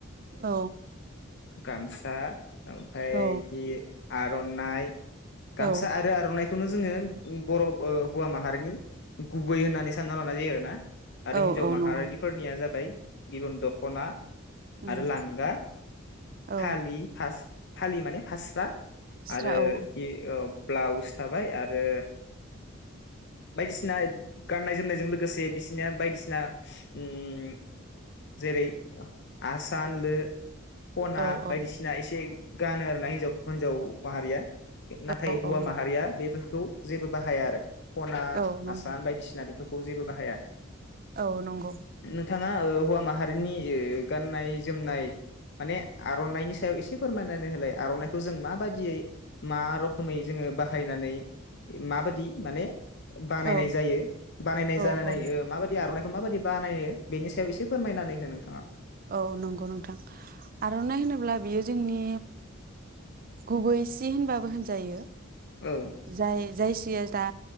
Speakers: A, on the right; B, on the left.
A: औ।
B: गामसा। ओमफ्रायखि
A: औ
B: आर'नाइ गामसा
A: औ
B: आरो आर'नाइ बेखौनो जोङो उम बर'ब ओ हौवा माहारिनि गुबै होननानै सानना लानाय जायो आरो ना। आरो
A: औ
B: हिन्जाव
A: औ
B: माहारिफोरनिया
A: नंगौ
B: जाबाय बिदन दख'ना
A: उम
B: आरो लांगा
A: औ
B: फालि फास फालि माने फास्रा।
A: स्रा
B: आरोखि
A: औ
B: ओ ब्लाउस थाबाय आरो बायदिसिना गाननाय जोमनायजों लोगोसे बिसिनिया बायदिसिना उम जेरै आसान, लो खना
A: औ
B: बायदिसिना
A: औ
B: एसे गानो आरो ना हिन्जाव हिन्जाव माहारिया नाथाय
A: औ
B: हौवा
A: औ
B: माहारिया बे खौ जेबो बाहाया आरो। खना,
A: औ नंगौ
B: आसान बायदिसिना बेफोर खौ जेबो बाहाया।
A: औ नंगौ
B: नोंथाङा ओ हौवा माहा जोंनि ओ गाननाय जोमनाय माने आर'नाइनि सायाव एसे फोरमायनानै होलाय आर'नाइखौ जों माबादियै मा रोखोमै जोङो बाहायनानै माबादि माने बानायनाय
A: औ
B: जायो बानायनाय
A: औ
B: जानानै
A: औ
B: माबायदि आर'नाइ खौ माबादि बानायो बेनि सायाव एसे फोरमायनानै हो नोंथाङा।
A: औ नंगौ नोंथां आर'नाइ होनोब्ला बियो जोंनि गुबै सि होनबाबो होनजायो।
B: औ
A: जाय जाय यो दा